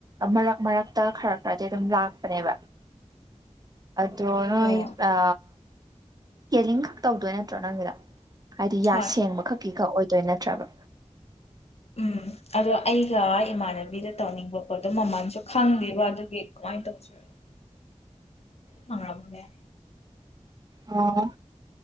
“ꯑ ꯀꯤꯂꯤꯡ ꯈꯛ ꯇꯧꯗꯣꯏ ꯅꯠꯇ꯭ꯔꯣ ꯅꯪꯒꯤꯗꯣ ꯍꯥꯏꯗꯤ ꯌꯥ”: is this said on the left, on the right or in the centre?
Right